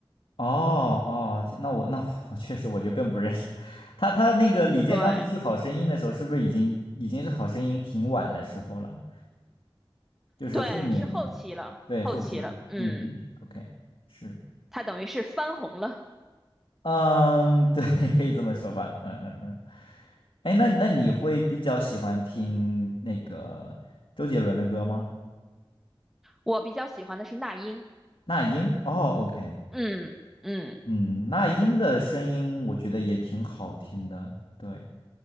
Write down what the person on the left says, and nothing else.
哦哦，这那我那我确实我就更不认识了他，他那个李健当时去《好声音》的时候，
是不是已经已经是《好声音》挺晚的时候了？就是后面
对后期了，
嗯嗯，OK，是。
嗯，对，<laughs> 可以这么说吧。嗯嗯嗯。哎，那那你会比较喜欢听那个周杰伦的歌吗？
那英？哦，OK。
嗯，那英的声音我觉得也挺好听的。对，